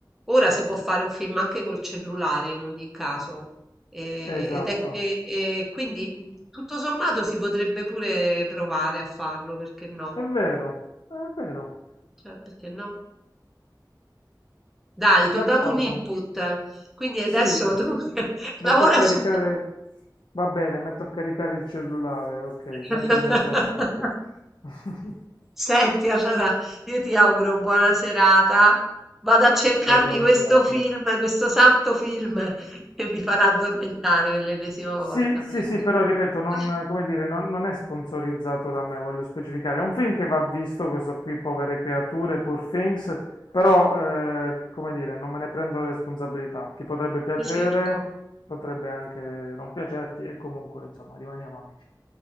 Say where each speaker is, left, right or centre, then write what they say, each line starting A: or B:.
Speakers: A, in the centre; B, on the left.
A: Ora si può fare un film anche col cellulare in ogni caso, eh,
B: esatto.
A: ed è che e quindi mhmm, tutto sommato si potrebbe pure provare a farlo, perché no?
B: È vero, è vero.
A: Cioè, perché no? Dai, ti
B: D'accordo.
A: ho dato un input, quindi adesso
B: Sì, <laughs>
A: tu <laughs>
B: metto
A: lavora
B: a caricare,
A: su
B: va bene, metto a caricare il cellulare, ok, mentre
A: <laughs>
B: mi addormento. <laughs>
A: Senti, allora io ti auguro buona serata. Vado a cercarmi
B: Lo auguro anche
A: questo
B: a te.
A: film, questo santo film che mi farà addormentare per l'ennesima
B: Sì,
A: volta.
B: sì, sì, però ripeto, non,
A: <laughs>
B: come dire, non, non è sponsorizzato da me, voglio specificare. È un film che va visto, questo qui, Povere creature, Poor Things, però, eh, come dire, non me ne prendo le responsabilità. Ti potrebbe piacere,
A: Lo cerco.
B: potrebbe anche non piacerti, e comunque, insomma, rimaniamo amici.